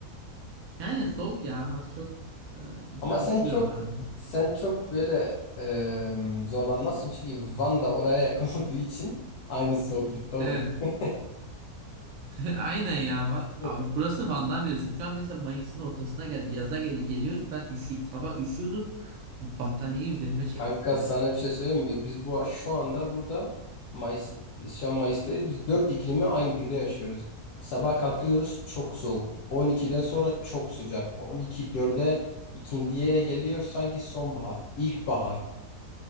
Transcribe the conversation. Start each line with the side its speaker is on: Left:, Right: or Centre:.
Right: yani soğuk ya az çok e, insan
Left: Ama sen
Right: üşüyor
Left: çok
Right: arada.
Left: sen çok böyle e, zorlanmazsın çünkü Van da oraya yakın <laughs> olduğu için aynı soğuklukta olduğu
Right: Evet.
Left: için
Right: <laughs> Aynen ya. Va-
Left: çok
Right: Abi Burası Van Damme biliyorsun. Şu an mesela Mayıs'ın ortasına geldi. Yaza gel geliyoruz. Ben üşü sabah üşüyordum. Battaniyeyi üzerime çektim
Left: Kanka
Right: yani.
Left: sana bir şey söyleyeyim mi? Biz bu şu anda burada Mayıs, şu an Mayıs'tayız. Biz dört iklimi aynı günde yaşıyoruz. Sabah kalkıyoruz çok soğuk. 12'den sonra çok sıcak. 12 4'e ikindiye geliyor sanki sonbahar, ilkbahar.